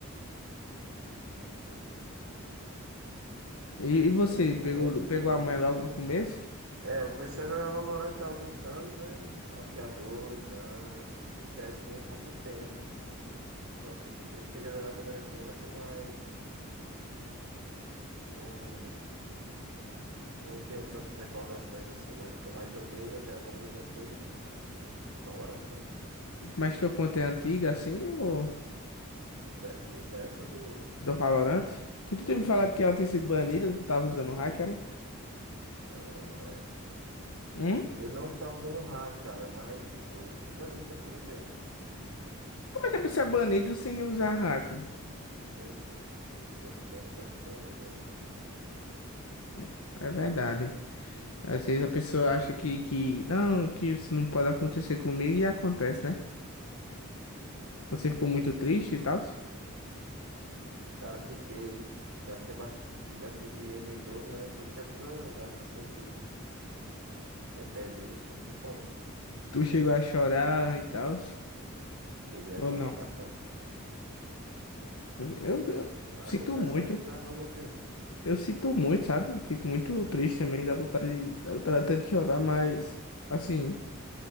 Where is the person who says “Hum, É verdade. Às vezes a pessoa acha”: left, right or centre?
Left